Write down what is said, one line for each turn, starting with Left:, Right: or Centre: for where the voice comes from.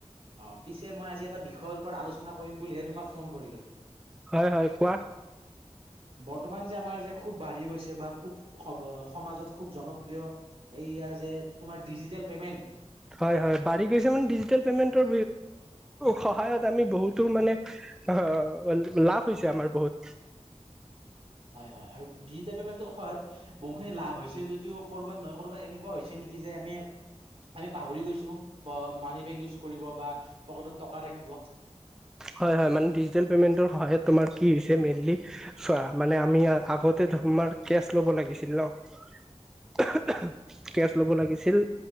Right: অ পিছে মই আজি এটা বিষয়ৰ আলোচনা কৰিম বুলিহে তোমাক ফোন কৰিলো।
Centre: হয় হয় কোৱা
Right: বৰ্তমান যে আমাৰ যে খুব বাঢ়ি গৈছে বা খো'ব স সমাজত ষোব জনপ্ৰিয় এইয়া যে তুমাৰ দিজিটেল পেমেণ্ট
Centre: হয় হয় বাঢ়ি গৈছে মানে ডিজিটেল পেমেন্টৰ সহায়ত আমি বহুতো মানে অ লাভ হৈছে আমাৰ বহুত।
Right: হয় হয় আৰু ডিজিটেল পেমেণ্টৰয়ত বহুতখিনি লাভ হৈছে যদিও কৰ'বাত নহয় কৰ'বাত এনেকুৱা হৈছে নেকি নেকি যে আমি আমি পাহৰি গৈছো মানি বেগ ইউজ কৰিব বা পকেটত টকা ৰাখিব।
Centre: হয় হয় মানে ডিজিটেল পেমেন্টৰ সহায়ত তোমাৰ কি হৈছে মেইনলি চোৱা মানে আমি আগতে আমাৰ কে'চ ল'ব লাগিছিল ন?
Right: উম
Centre: কে'চ ল'ব লাগিছিল